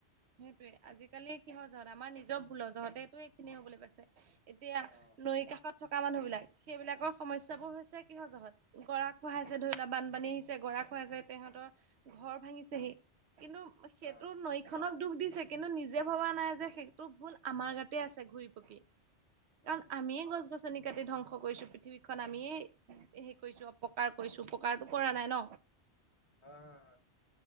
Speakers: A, on the right; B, on the left.
A: সেইটোৱে আজিকালি কি হয় যহত, আমাৰ নিজৰ ভুল যহঁতেটো এইখিনি হবলে পাইছে। এতিয়া
B: অ অ
A: নৈ কাষত থকা মানুহ বিলাক সেইবিলাকৰ সমস্যা টাবোৰ হৈছে কিহ জহট গৰা খহাইছে ধৰি না বানপানী আহিছে গৰা খুৱাইছে তেহঁতৰ ঘৰ ভাঙিছেহি কিন্তু সেইটো
B: হয়
A: ন আনক দুখ দিছে কিন্তু নিজে ভবা নাই যে সেইটো ভুল আমাৰ গাতে আছে ঘুৰি পকি।
B: হয়
A: কাৰণ
B: হয়
A: আমিয়ে গছ গছ গচ-গছনি কাটি ধ্বংস কৰিছো, পৃথিৱীখন আমিয়ে হেই কৰিছো। অপকাৰ কৰিছো উপকাৰটো কৰা নাই ন।
B: হয়', হয়', হয়।